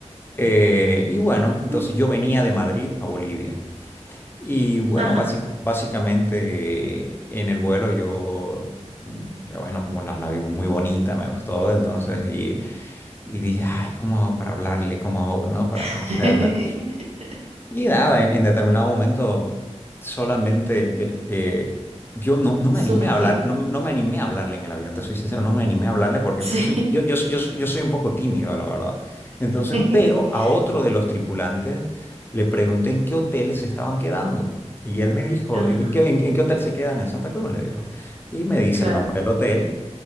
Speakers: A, on the left; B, on the right.
A: Eh, y bueno, entonces
B: ujú.
A: yo venía de Madrid a Bolivia. Y bueno,
B: Ajá.
A: básic- básicamente en el vuelo yo, mm, ya bueno, como la, la vi muy bonita, me gustó, entonces, y, y dije, ay, ¿cómo hago para hablarle? ¿Cómo hago, no? Para
B: <laughs>
A: conocerla. Y nada, en, en determinado momento solamente le- eh, yo no, no me
B: Surgió.
A: animé a hablar, no, no me animé a hablarle en el avión, te soy sincero, no me animé a hablarle porque
B: Sí.
A: yo soy, yo, yo, soy- yo, soy yo soy un poco tímido, la verdad. Entonces,
B: <laughs>
A: pero a otro de los tripulantes le pregunté en qué hotel se estaban quedando. Y él me dijo,
B: Ah.
A: ¿en qué, en en qué hotel se quedan en Santa Cruz? Le digo. Y me dice
B: Claro.
A: el nombre del hotel.